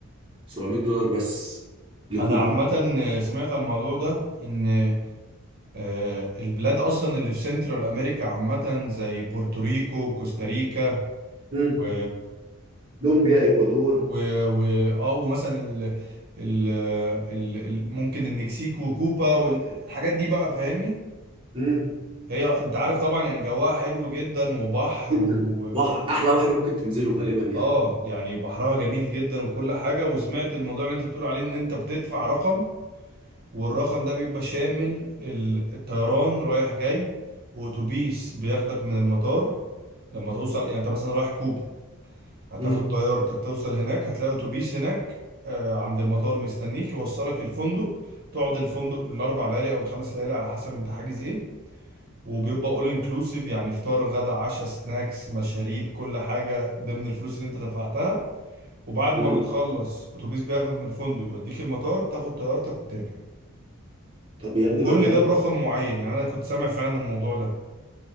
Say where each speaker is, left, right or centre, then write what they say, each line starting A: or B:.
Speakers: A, on the right; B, on the right.
A: 700 دولار بس لكوبا
B: انا عامه سمعت عن الموضوع ده ان آه، البلاد اصلا اللي في سنترال امريكا عامه زي بورتوريكو كوستاريكا
A: امم
B: و
A: كولومبيا اكوادور
B: و و اه ومثلا ال... ال... ال... ال... ممكن المكسيك وكوبا والحاجات دي بقى فاهمني
A: امم
B: هي انت عارف طبعا يعني جواها حلو جدا وبحر
A: جدا
B: و
A: بحر احلى بحر ممكن تنزله غالبا يعني
B: اه يعني بحرها جميل جدا وكل حاجه وسمعت الموضوع اللي انت بتقول عليه ان انت بتدفع رقم والرقم ده بيبقى شامل ال- الطيران رايح جاي واتوبيس بياخدك من المطار لما توصل يعني انت مثلا رايح كوبا هتاخد
A: امم
B: طيارتك توصل هناك هتلاقي اتوبيس هناك آه، عند المطار مستنيك يوصلك الفندق تقعد الفندق الاربع ليالي او الخمس ليالي على حسب انت حاجز ايه وبيبقى اول انكلوسيف يعني فطار غدا عشاء سناكس مشاريب كل حاجه ضمن الفلوس اللي انت دفعتها وبعد
A: امم
B: ما بتخلص اتوبيس بياخدك من الفندق يوديك المطار تاخد طيارتك وترجع
A: طب يا
B: وكل
A: ابني ما جامد
B: ده برقم معين يعني انا كنت سامع فعلا الموضوع ده